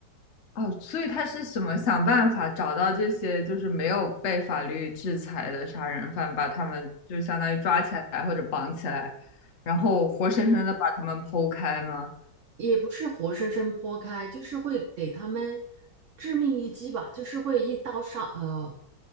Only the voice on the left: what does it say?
哦，所以他是什么想办法找到这些就是没有被法律制裁的杀人犯，把他们就相当于抓起来或者绑起来，然后活生生的把他们剖开吗？